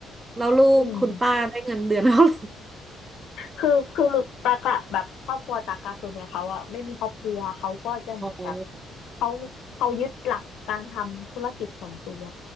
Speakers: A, on the right (about 25°); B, on the left (about 75°).
A: แล้วลูกคุณป้าได้เงินเดือนเท่าไหร่
B: อืมคือคือตากะแบบครอบครัวตากะส่วนใหญ่เขาอะไม่มีครอบครัวเขาก็จะเหมือนแบบ
A: อ๋อ
B: เขาเขายึดหลักการทำธุรกิจส่วนตัว